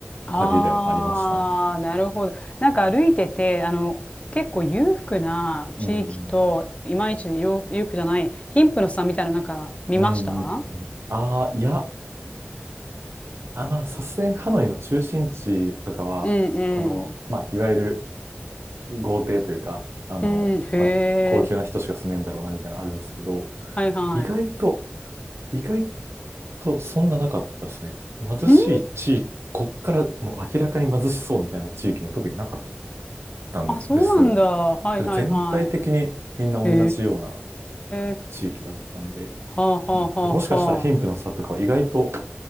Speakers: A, on the left; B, on the right.
A: ああ、
B: 旅でもありましたね。
A: なるほど。なんか歩いてて、あの、結構裕福な地域と、
B: うん。
A: いまいちよ裕福じゃない、貧富の差みたいな、なんか見ました
B: うん。うんああ、いや、あ、まあ、さすがにハノイの中心地とかは、
A: うんうん、
B: この、まあ、いわゆる豪邸というか、あの、
A: うんへ
B: まあ、高級な人しか住めんだろうなみたいなのあるんですけど、
A: え。はいはい。
B: 意外と、意外とそんななかったですね。貧しい地域、
A: うん
B: こっからもう明らかに貧しそうみたいな地域も特になかったんですよ。
A: あ、そうなんだ。はいはいはい。
B: だから全体的にみんな同じような
A: へえ。
B: 地域だったんで、
A: はあはあはあは
B: うん、もしかしたら貧富の差とかは意外と